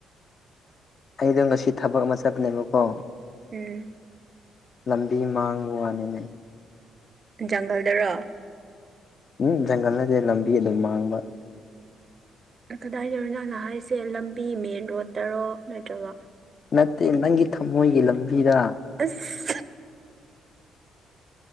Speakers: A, on the left; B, on the right.
A: ꯑꯩꯗꯣ ꯉꯁꯤ ꯊꯕꯛ ꯑꯃ ꯆꯠꯄꯅꯦꯕꯀꯣ
B: ꯎꯝ
A: ꯂꯝꯕꯤ ꯃꯥꯡꯕ ꯋꯥꯅꯤꯅꯦ꯫
B: ꯖꯪꯒꯜꯗꯔꯣ?
A: ꯎꯝ ꯖꯪꯒꯜ ꯅꯠꯇꯦ ꯂꯝꯕꯤ ꯑꯗꯨꯝ ꯃꯥꯡꯕ꯫
B: ꯀꯗꯥꯏꯗꯔꯣ ꯅꯪꯅ ꯍꯥꯏꯁꯦ ꯂꯝꯕꯤ ꯃꯦꯟ ꯔꯣꯗꯠꯇꯔꯣ ꯅꯠꯇ꯭ꯔꯒ
A: ꯅꯠꯇꯦ ꯅꯪꯒꯤ ꯊꯝꯃꯣꯏꯒꯤ ꯂꯝꯕꯤꯗ꯫
B: ꯑꯁ